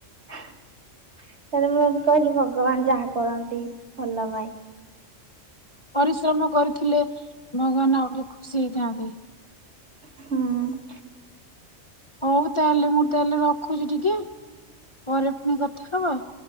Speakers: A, on the right; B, on the left.
A: ତାପରେ ମୁଁ ବି କହିଲି ଭଗବାନ ଯାହା କରନ୍ତି ଭଲ ପାଇଁ।
B: ପରିଶ୍ରମ କରିଥିଲେ ଭଗବାନ ଆଉ ଟିକେ ଖୁସି ହେଇଥାନ୍ତେ।
A: ହୁଁ।
B: ହଉ ତାହେଲେ ମୁଁ ତାହେଲେ ରଖୁଛି ଟିକେ। ପରେ ପୁଣି କଥା ହବ?